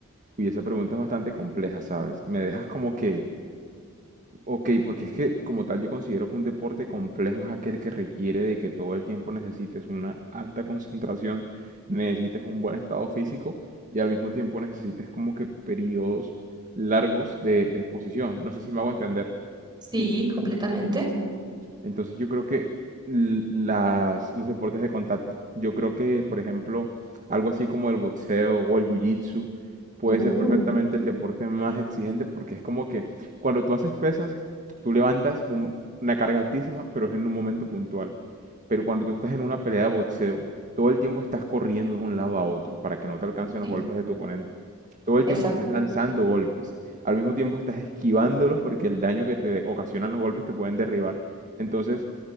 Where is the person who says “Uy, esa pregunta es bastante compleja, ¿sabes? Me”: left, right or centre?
Right